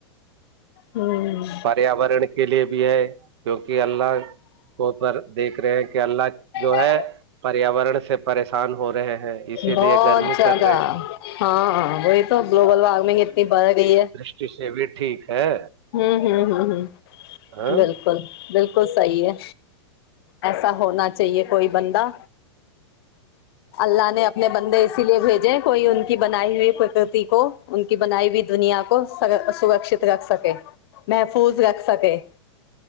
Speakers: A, on the left; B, on the right.
A: ہوں
B: پریاورن کے لیے بھی ہے کیوںکہ اللہ کوپ پر دیکھ رہے ہیں کہ اللہ جو
A: ہ
B: ہے پریاورن سے پریشان ہو رہے ہیں اسی
A: بہت
B: لیے گرمی
A: زیادہ
B: کر رہے ہیں
A: ہاں ہاں وہی تو گلوبل وارمنگ اتنی بڑھ گئی ہے
B: سیت ٹھیک ہے
A: ہوں ہوں ہ ہ
B: ہاں
A: بالکل بالکل بالکل صحیح ہے ایسا ہونا چاہیے کوئی بندہ اللہ نے اپنے بندے س لیے بھیجیں کوئی ان کی بنائی ہوئی پرکتی کو ان بنائی ہوئی دنیا کو سگگر سکشت رکھ سکے میںح محفوظ رکھ سکے